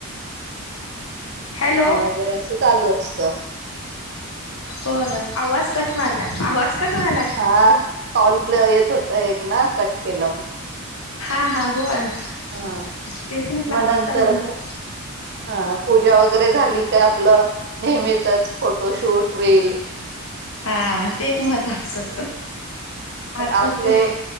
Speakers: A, on the left; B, on the right.
A: हॅलो
B: न वगैरे असं चालू असत.
A: होय, आवाज कटव्हालाय, आवाज कटव्हालाय.
B: हा कॉल येत होत एक ना, कट केलं मी.
A: हा हा होय,
B: हा
A: तेच म्हटलं,
B: मग
A: आवाज
B: नंतर
A: का बंद झाला.
B: हा पूजा वगैरे झाली का, आपलं नेहमीचच फोटोशूट, रीली
A: हा ते एक
B: अस,
A: महत्त्वाचं आता
B: आपले
A: ते